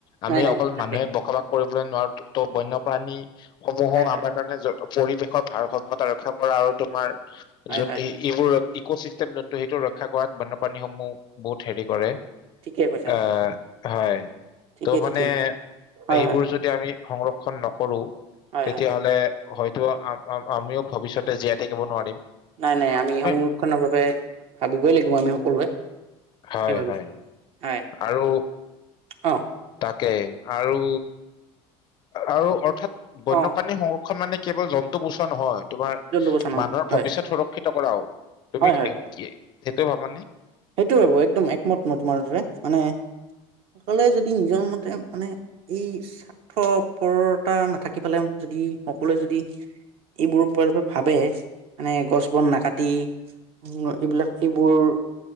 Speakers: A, on the left; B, on the right.
A: আমি
B: নাই নাই
A: অকল
B: তাকে
A: মানুহে বখলত কৰিবলৈ নোৱাৰ ত' বন্যপ্ৰাণী সমূহৰ
B: হয় হয়
A: আমাৰ কাৰণে যত পৰিৱেশৰ ভাৰসমতা ৰক্ষা কৰা আৰু তোমাৰ
B: হয়
A: যত
B: হয়
A: এই এইবোৰত ইক' চিষ্টেম যোনটো সেইটো ৰক্ষা কৰাত বান্যপ্ৰাণীসমূহ বহুত হেৰি কৰে
B: ঠিকে কৈছা
A: আহ হয়
B: ঠিকে
A: ত'
B: ঠিকে
A: মানে
B: হয়
A: এইবোৰ
B: হয়
A: যদি আমি সংৰক্ষণ নকৰোঁ
B: হয়
A: তেতিয়াহ'লে
B: হয় হয়
A: হয় ত আমিও ভৱিষ্যতে জীয়াই থাকিব নোৱাৰিম
B: নাই নাই আমি
A: মই-
B: সংৰক্ষণৰ বাবে ভাবিবই লাগিব আমি সকলোৱে
A: হয়
B: তাকে ভাবিছো
A: হয়
B: হয়
A: আৰু
B: অ
A: তাকে আৰু আৰু অৰ্থাৎ বন্যপ্ৰাণী
B: অ
A: সম খন মানে কেৱল জন্তু বচোৱা নহয় তোমাৰ
B: জন্তু বচন হয়
A: মানুহৰ
B: হয়
A: ভৱিষ্যত সুৰক্ষিত কৰাও তুমি
B: হয় হয়
A: কি সেইটোও ভাবা নেই
B: সেইটো ভাবো একদম একমত মই তোমাৰ দৰে মানে সকলোৱে যদি নিজৰ মতে মানে এই স্বাৰ্থপৰতা নাথাকি ফালে যদি সকলোৱে যদি এইবোৰ ভাবে মানে গছ বন নাকাটি এইবিলাক এইবোৰ